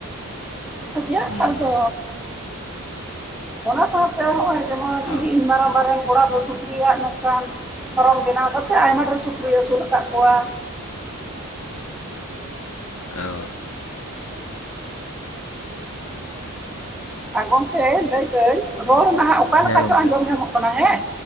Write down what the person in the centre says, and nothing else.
<unintelligible> ᱠᱚᱜᱮᱭᱟ
ᱟᱫᱚ ᱚᱱᱟ ᱥᱟᱶ ᱛᱮ ᱦᱚᱸᱜᱼᱚᱭ ᱡᱮᱢᱚᱱ <unintelligible>
ᱢᱟᱨᱟᱝ ᱢᱟᱨᱟᱝ ᱦᱚᱲᱟᱜ ᱫᱚ ᱥᱩᱠᱨᱤᱭᱟᱜ ᱱᱚᱝᱠᱟᱱ ᱫᱷᱚᱨᱚᱢ ᱵᱮᱱᱟᱣ ᱠᱟᱛᱮᱫ ᱟᱭᱢᱟ ᱰᱷᱮᱨ ᱥᱩᱠᱨᱤ ᱟᱹᱥᱩᱞ ᱟᱠᱟᱫ ᱠᱚᱣᱟ
ᱟᱨ ᱜᱚᱝᱠᱮ ᱞᱟᱹᱭᱫᱟᱹᱧ ᱨᱚᱲ ᱱᱟᱦᱟᱜ ᱚᱠᱟ
ᱞᱮᱠᱟ
ᱪᱚ ᱟᱸᱡᱚᱢ ᱧᱟᱢᱚᱜ ᱠᱟᱱᱟ ᱦᱮᱸ,